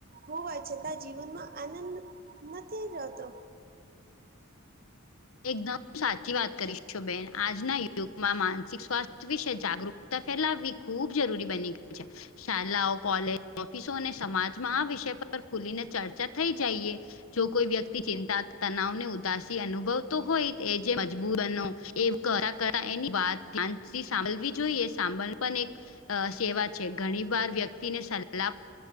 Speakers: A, on the right; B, on the left.
A: હોવા છતાં જીવનમાં આનંદ નથી રહેતો.
B: એકદમ સાચી વાત કરી છો બેન. આજના યુગમાં માનસિક સ્વાસ્થ્ય વિશે જાગરુક તા ફેલાવવી ખૂબ જરૂરી બની ગઈ છે. શાલાઓ કોલેજ ઓફિસો અને સમાજમાં આ વિષય પર ખુલીને ચર્ચા થઈ જઈએ. જો કોઈ વ્યક્તિ ચિંતા તનાવને ઉદાસી અનુભવ તુ હોય એ જે મજબૂર બનો એ કરતા કરતા એની વાત શાંતિથી સાંભલવી જોઈએ. સાંબલ પણ એક અ સેવા છે. ઘણી વાર વ્યક્તિને સલા